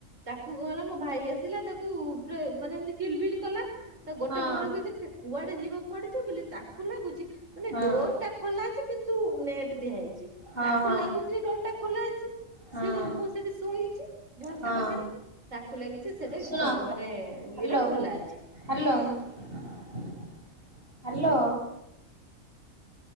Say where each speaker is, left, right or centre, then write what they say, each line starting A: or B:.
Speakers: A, on the right; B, on the right.
A: ତାକୁ କଣହଲା ମୋ ଭାଇ ଆସିଲା ତାକୁ ପା ମାନେ ଏମତି କିଲ ବିଲ କଲା ତା ଗୋଟେ
B: ହଁ ହଁ
A: ଘର ଭିତରେ ସେ କୁଆଡେ ଯିବ କୁଆଡେ ଯିବ ବୋଲି ତାକୁ ଲାଗୁଛି ମାନେ
B: ହଁ
A: ଡୋର ଟା ଖୋଲା ଅଛି କିନ୍ତୁ ନେଟ ଦିଆ ହେଇଛି
B: ହଁ
A: ତାକୁ ଲାଗୁଛି ଡୋରଟା ଖୋଲା ଅଛି।
B: ହଁ
A: ସିଏ କ ମୁଁ ସେଠି ଶୋଇଚି ଝରକା
B: ହଁ
A: ପାଖେରେ ତାକୁ ଲାଗିଚି ସେଟାଝ
B: ଶୁଣ
A: ମାନେ
B: ହ୍ୟାଲୋ
A: ଇଏଟା ଖୋଲା ଅଛି।
B: Hello hello